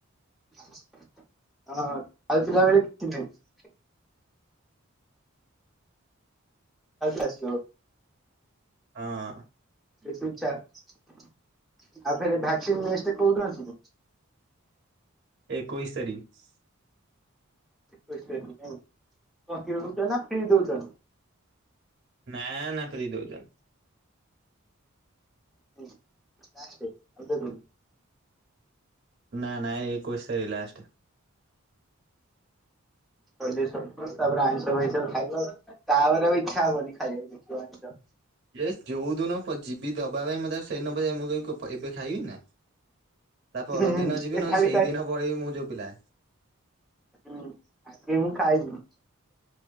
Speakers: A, in the centre; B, on the right (about 50°).
A: <unintelligible> ଆଉ ଥରେ ଆସିବ।
B: ହଁ।
A: ଏ ସବୁ ଚା ଆଉ ଫେରେ ଭାକ୍ସିନ୍ ନେଷ୍ଟ କୋଉଦିନ ଅଛିକି।
B: ଏକୋଇଶି ତାରିଖ।
A: ଏକୋଇଶି ତାରିଖ ନାଇଁ କଁ କିଣୁଚ ନା ଫ୍ରି ଦଉଛନ୍ତି।
B: ନା ନା ଫ୍ରି ଦଉଛନ୍ତି।
A: ହୁଁ ଲା ଷ୍ଟେ ଆଉ ଦେବେନି।
B: ନା ନା ଏ ଏକୋଇଶି ତରିଖ ଲାଷ୍ଟ।
A: ସଇଲେ ମରିଯାଉ ତାପରେ ଆଇଁଷ ଫାଇଁଷ ଖାଇବ‌। ତାପରେ ଆଉ ଇଚ୍ଛା ହବନି ଖାଇବାକୁ ଦେଖିବ ଆଇଁଷ।
B: ଏ ଯୋଉ ଦିନ ପ ଯିବି ଦବା ପାଇଁ ମୁଁ ତାକୁ ସେଇ ଦିନ ପଚାରିବି ମୁଁ କହିବି କ ଏବେ ଖାଇବି ନା। ତା ପରଦିନ
A: ହୁଁ ହୁଁ
B: ଯିବି
A: ସେ
B: ନହେଲେ
A: ଖାଲି
B: ସେଇଦିନ
A: କ
B: ପଳେଇବି ମୁଁ ଯୋଉ ପିଲା।
A: ହୁଁ ଆଗେ ମୁଁ ଖାଇବି